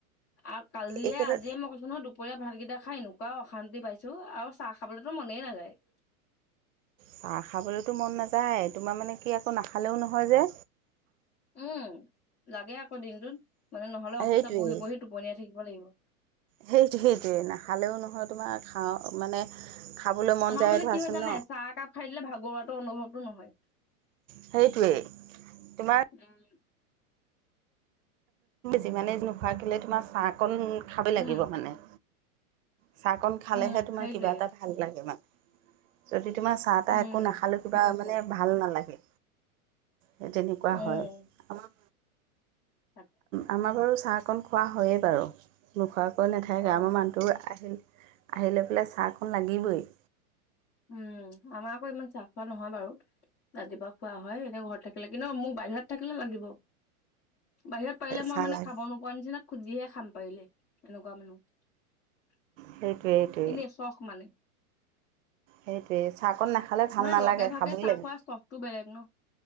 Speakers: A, on the left (about 30°); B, on the right (about 60°).
A: আৰ কালিয়ে
B: এইকেইটা
A: আজিয়ে মই কৈছো নহয় দুপৰীয়া ভাতকেইটা খাই নো- এনেকুৱা অশান্তি পাইছো আৰু চাহ খাবলৈতো মনেই নাযায়-
B: চাহ খাবলৈতো মন নাযায় তোমাৰ মানে কি আকৌ নাখালেও নহয় যে।
A: উম লাগে আকৌ দিনটোত মানে নহলে অফিচত
B: সেইটোৱেই
A: বহি বহি টোপনিয়াই থাকি লাগিব <unintelligible>
B: সেইটো সেইটোৱেই নাখালেও নহয় তোমাৰ খাওঁ মানে। খাবলৈ মন
A: আমাৰ
B: যায়
A: মানে
B: ধৰাচোন
A: কি হয় জানে
B: ন
A: চাহ একাপ খাই দিলে ভাগৰুৱাটো অনুভৱটো নহয়।
B: সেইটোৱেই তোমাৰ-
A: উম
B: যিমানে নোখোৱা কেলে তোমাৰ চাহ কন খাবই লাগিব
A: উম
B: মানে। চাহকন খালেহে
A: উম
B: তোমাৰ
A: সেইটোৱে
B: কিবা এটা ভাল লাগে মানে যদি। তোমাৰ চাহ তাহ
A: উম
B: একো নাখালো কিবা
A: সেনেকুৱাই
B: মানে ভাল নালাগে। সেই তেনেকুৱা
A: উম
B: হয়। আমাৰ
A: তাকে
B: আমাৰ বাৰু চাহ কন খোৱা হয়েই বাৰু নোখোৱাকৈ নাথাকে
A: উম
B: আমাৰ মানুহটো আহে- আহিলে বোলে চাহকন লাগিবই-
A: উম আমাৰ আকৌ ইমান চাহ খোৱা নহয়। বাৰু- ৰাতিপুৱা খোৱা হয় এনে ঘৰত থাকিলে কিন্তু মোক বাহিৰত থাকিলে লাগিব- বাহিৰত পাৰিলে মই
B: চাহ
A: মানে
B: লাগ
A: খাব নোপোৱাৰ নিচিনা খুজিহে খাম পাৰিলে- এনেকুৱা মানুহ
B: সেইটোৱে সেইটোৱে
A: এনেই চখ মানে।
B: সেইটোৱে চাহকন নাখালে ভাল
A: মানে
B: নালাগে
A: লগে ভাগে
B: খাবই
A: চাহ
B: লাগে।
A: খোৱা চখটো বেলেগ ন